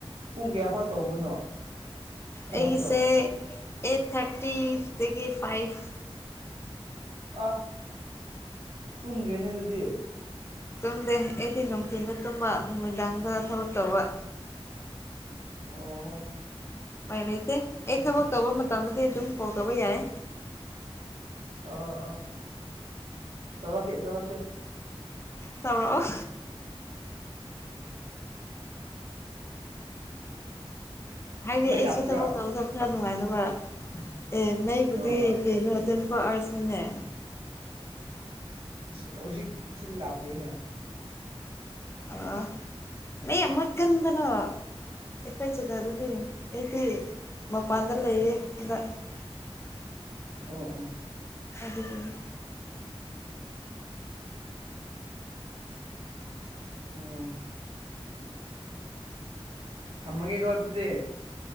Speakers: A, on the right; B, on the left.
A: ꯄꯨꯡ ꯀꯌꯥꯐꯥꯎ ꯇꯧꯕꯅꯣ ꯊꯕꯛꯇꯣ
B: ꯑꯩꯒꯤꯁꯦ ꯑꯦꯠ ꯊꯥꯔꯇꯤꯗꯒꯤ ꯐꯥꯏꯚ
A: ꯑꯥ ꯇꯨꯝꯗ꯭ꯔꯦꯅꯦ ꯑꯗꯨꯗꯤ
B: ꯇꯨꯝꯗꯦ ꯑꯩꯗꯤ ꯅꯨꯡꯊꯤꯟꯗ ꯇꯨꯝꯕ ꯅꯨꯃꯤꯗꯥꯡꯗ ꯊꯕꯛ ꯇꯧꯕ
A: ꯑꯣ
B: ꯎꯄꯥꯏ ꯂꯩꯇꯦ ꯑꯩ
A: ꯑꯁ
B: ꯊꯕꯛ ꯇꯧꯕ ꯃꯇꯝꯗꯗꯤ ꯑꯗꯨꯝ ꯀꯣꯜ ꯇꯧꯕ ꯌꯥꯏ
A: ꯑꯥ ꯑꯥ ꯇꯧꯔꯛꯀꯦ ꯇꯧꯔꯛꯀꯦ
B: ꯇꯧꯔꯛꯑꯣ ꯍꯥꯏꯗꯤ
A: ꯃꯩ
B: ꯑꯩꯁꯨ
A: ꯂꯥꯛꯄ꯭ꯔꯥ
B: ꯊꯕꯛ ꯇꯧꯕꯗ ꯈꯔ ꯅꯨꯡꯉꯥꯏꯅꯕ ꯑꯦ ꯃꯩꯕꯨꯗꯤ
A: ꯑꯥ
B: ꯀꯩꯅꯣ ꯑꯗꯨꯝ ꯄꯥꯁ ꯅꯤꯅꯦ
A: ꯑꯁ ꯍꯧꯖꯤꯛ ꯁꯤꯗ ꯂꯥꯛꯇꯦꯅꯦ
B: ꯑꯥ ꯃꯩꯌꯥꯝ ꯃꯨꯠꯀꯟꯕꯅꯥ ꯑꯩꯈꯣꯏ ꯖꯒꯥꯗꯨꯗꯤ ꯑꯩꯗꯤ ꯃꯄꯥꯟꯗ ꯂꯩꯌꯦ ꯍꯥꯟꯗ <inaudible>
A: ꯑꯣ ꯑꯣ
B: ꯑꯗꯨꯅꯤ
A: ꯑꯣ ꯊꯝꯃꯒꯦꯀꯣ ꯑꯗꯨꯗꯤ